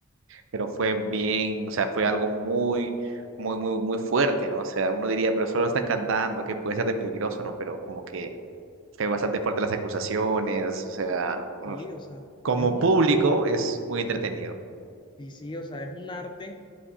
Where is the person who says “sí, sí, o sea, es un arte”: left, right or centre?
Left